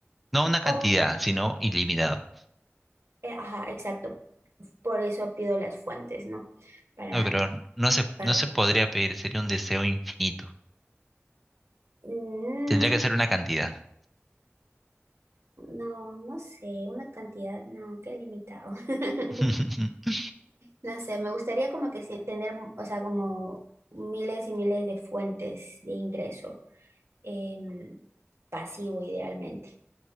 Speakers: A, in the centre; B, on the right.
A: No una cantidad,
B: o,
A: sino ilimitado.
B: eh, ajá, exacto, por eso pido las fuentes, ¿no? Para,
A: No, pero no se,
B: para,
A: no se podría pedir, sería un deseo infinito.
B: mm,
A: Tendría que ser una cantidad.
B: no, no sé, una cantidad, no, qué limitado. <laughs>
A: <laughs>
B: No sé, me gustaría como que sí- tener, o sea, como miles y miles de fuentes de ingreso. em, pasivo idealmente.